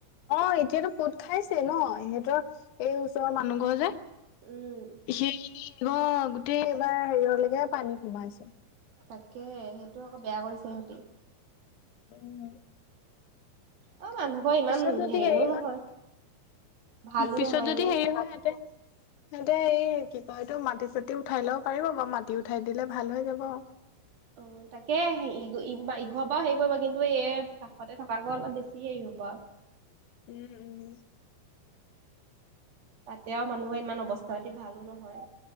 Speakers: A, on the left; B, on the right.
A: অ এতিয়াতো পোত খাইছে নহ সিহঁতৰ এই ওচৰৰ মানুহ ঘৰ যে।
B: উম
A: সেইখিনি গোটেই এবাৰ হেৰিয়লৈকে পানী সোমাইছে।
B: তাকে সেইটো আকৌ বেয়া কৰিছে সিহতি।
A: উম।
B: অ মানুহ ঘৰ ইমান
A: পিছত যদি
B: হেৰিও
A: হেৰি হয়
B: নহয়। ভালো
A: পিছত
B: নহয়
A: যদি
B: যে।
A: হেৰি হয় সিহঁতে। সিহতে এই কি কয় এইটো মাটি চাটি উঠাই লব পাৰিব বাৰু মাটি উঠাই দিলে ভাল হৈ যাব।
B: অ তাকে ইঘৰ পৰা হেৰি কৰিব কিন্তু এই কাষতে থকা ঘৰ অলপ বেছি হেৰি হব। বা
A: উম উম।
B: তাতে আৰু মানুহৰ ইমান অৱস্থা পাতি ভালো নহয়।